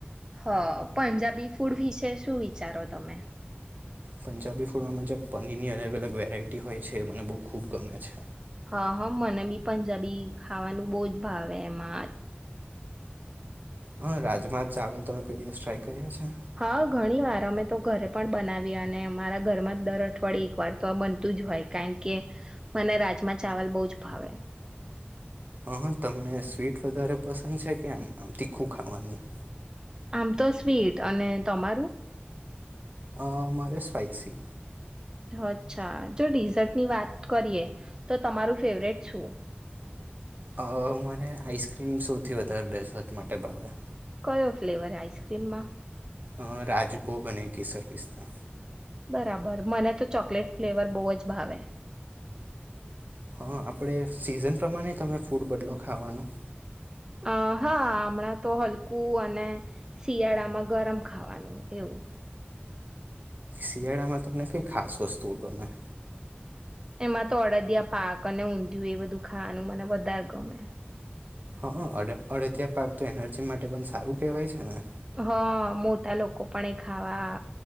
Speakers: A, on the right; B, on the right.
A: હ પંજાબી ફૂડ વિશે શું વિચારો તમે.
B: પંજાબી ફૂડમાં મન જે પનીર ની અલગ અલગ વેરાયટી હોય છે મને બહુ ખૂબ ગમે છે.
A: હા હા મને બી પંજાબી ખાવાનું બહુ જ ભાવે એમાં
B: હ રાજમા ચાવલ તમે કોઈ દિવસ ટ્રાય કર્યો છે?
A: હા ઘણી વાર અમે તો ઘરે પણ બનાવિય. અને અમારા ઘરમાં દર અઠવાડિય એક વાર તો આ બનતું જ હોય. કારણ કે મને રાજમા ચાવલ બહુ જ ભાવે.
B: અહ તમને સ્વીટ વધારે પસંદ છે કે, આમ આમ તીખું ખાવાનું?
A: આમ તો સ્વીટ. અને તમારું?
B: અ મારે સ્પાઈસી.
A: અચ્છા જો ડિઝર્ટની વાત કરીએ તો તમારું ફેવરેટ શું?
B: અ મને આઈસ્ક્રીમ સૌથી વધારે ડેઝર્ટ માટે ભાવે.
A: કયો ફ્લેવર આઈસ્ક્રીમમાં?
B: હ રાજજભોગ અને કેસર પીસ્તા
A: બરાબર મને તો ચોકલેટ ફ્લેવર બહુ જ ભાવે.
B: હા આપણે સિઝન પ્રમાણે તમે ફૂડ બદલો ખાવાનું?
A: આ હા હમણાં તો હલકું અને શિયાળામાં ગરમ ખાવાનું એવું.
B: શિયાળામાં તમને કંઈ ખાસ વસ્તુઓ ગમે?
A: એમાં તો અડદિયા પાક અને ઊંધિયું એ બધું ખાવાનું મને વધારે ગમે.
B: અ હા અડદિયા પાક તો એનર્જી માટે પણ સારું કેહેવાય છે ને?
A: હા મોટા લોકો પણ એ ખાવા